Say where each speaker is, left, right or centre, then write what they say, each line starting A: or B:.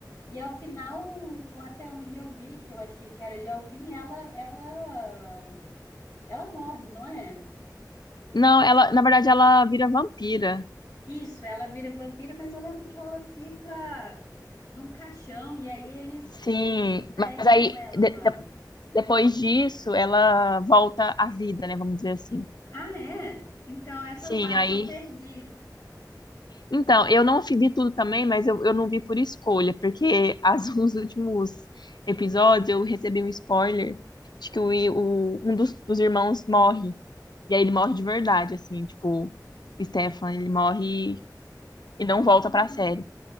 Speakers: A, on the left; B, on the left.
A: E ao final, ou até onde eu vi, que eu achei que era já o fim, ela, ela, ela morre, não é?
B: Não, ela, na verdade, ela vira vampira.
A: Isso, ela vira vampira, mas eu lembro que ela fica num caixão e aí eles,
B: Sim,
A: eles fecham
B: mas aí
A: ela
B: de-
A: lá.
B: de- depois disso ela volta à vida, né? Vamos dizer assim.
A: Ah, é? Então essa
B: Sim,
A: parte
B: aí.
A: eu perdi.
B: Então, eu não fi- vi tudo também, mas eu, eu não vi por escolha, porque as, <laughs> os últimos episódios eu recebi um spoiler de que o, i- o- um dos, dos irmãos morre. E aí ele morre de verdade, assim, tipo, o Stefan, ele morre e não volta
A: Ah,
B: pra série.